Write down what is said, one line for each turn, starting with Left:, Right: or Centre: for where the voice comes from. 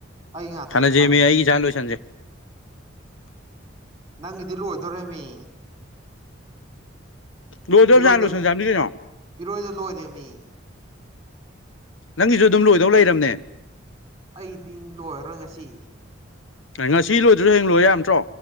Right: ꯑꯩ ꯉꯇꯕꯨꯁꯥꯅꯅꯦ
Left: ꯍꯥꯟꯅꯖꯦ ꯃꯤ ꯑꯩꯒꯤ ꯏꯆꯥ ꯂꯣꯏꯁꯟꯁꯦ
Right: ꯅꯪꯒꯤꯗꯤ ꯂꯣꯏꯗꯧꯔꯃꯤ
Left: ꯂꯣꯏꯗ꯭ꯔꯕ
Right: ꯏꯔꯣꯏꯗ
Left: ꯖꯥꯠ ꯂꯣꯏꯁꯟꯖꯥꯝꯅꯤ ꯀꯩꯅꯣ
Right: ꯏꯔꯣꯏꯗ ꯂꯣꯏꯔꯦꯃꯤ
Left: ꯅꯪꯒꯤꯁꯨ ꯑꯗꯨꯝ ꯂꯣꯏꯗꯧ ꯂꯩꯔꯕꯅꯦ
Right: ꯑꯩꯗꯤ ꯂꯣꯏꯔꯔꯣꯏ ꯉꯁꯤ
Left: ꯉꯁꯤ ꯂꯣꯏꯗ꯭ꯔꯁꯨ ꯍꯌꯦꯡ ꯂꯣꯏ ꯌꯥ ꯅꯠꯇ꯭ꯔꯣ